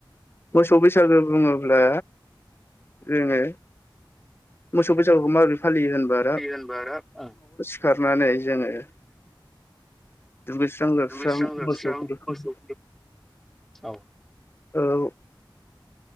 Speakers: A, on the left; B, in the centre.
A: मोसौ बैसागो बुङोब्ला जोङो मोसौ बैसागुखौ माबोरै फालियो होनबा आरो
B: <unintelligible> ओं
A: सिखारनानै जोङो दुगैस्रां जोबस्रां
B: दुगैस्रां लोबस्रां
A: मोसौखौ
B: मोसौ
A: बे समाव
B: औ
A: औ।